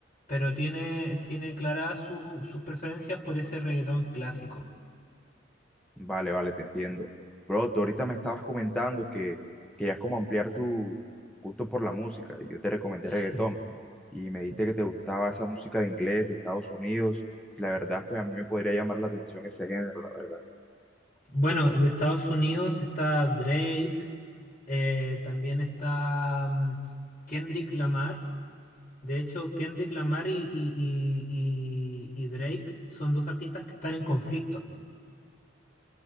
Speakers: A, on the left (about 45°); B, in the centre.
A: Pero tiene, tiene claras su- sus preferencias por ese reggaetón clásico.
B: Vale, vale, te entiendo. Bro, tú ahorita me estabas comentando que querías como ampliar tu gusto por la música. y Yo te recomendé
A: Sí.
B: reggaetón y me dijiste que te gustaba esa música de inglés, de Estados Unidos. y La verdad, pues a mí me podría llamar la atención ese género, la verdad.
A: Bueno, de Estados Unidos está Drake, eh, también está mm, Kendrick Lamar. De hecho, Kendrick Lamar y, y- y- y- y Drake son dos artistas que están en conflicto.